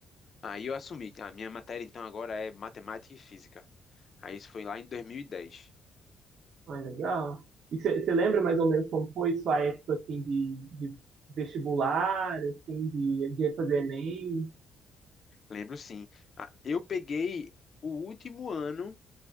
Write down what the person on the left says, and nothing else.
Aí eu assumi, a minha matéria então agora é matemática e física. Aí isso foi lá em 2010.
Lembro sim. Ah, Eu peguei o último ano